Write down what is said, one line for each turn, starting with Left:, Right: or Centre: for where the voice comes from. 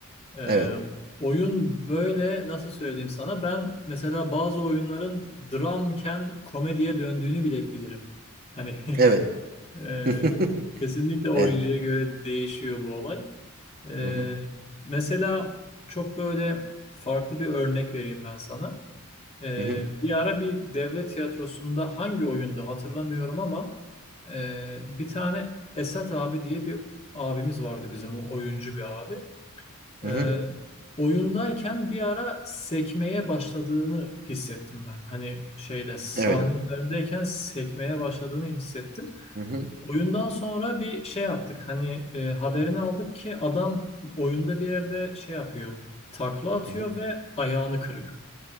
Left: Ee,
Right: Evet.
Left: oyun böyle nasıl söyleyeyim sana? Ben mesela bazı oyunların dramken komediye döndüğünü bile bilirim. Hani
Right: Evet.
Left: <laughs> e,
Right: <laughs>
Left: kesinlikle oyuncuya
Right: Evet.
Left: göre değişiyor bu olay. Ee,
Right: Hı hı.
Left: mesela çok böyle farklı bir örnek vereyim ben sana. Ee,
Right: Hı hı.
Left: bir ara bir devlet tiyatrosunda hangi oyunda hatırlamıyorum ama e, bir tane Esat abi diye bir abimiz vardı bizim o oyuncu bir abi.
Right: Hı
Left: Ee,
Right: hı.
Left: oyundayken bir ara sekmeye başladığını hissettim ben. Hani şeyde sahne
Right: Evet.
Left: üzerindeyken sekmeye başladığını hissettim.
Right: Hı hı.
Left: Oyundan sonra bir şey yaptık. Hani e, haberini aldık ki adam oyunda bir yerde şey yapıyor. Takla atıyor
Right: Hı hı.
Left: ve ayağını kırıyor.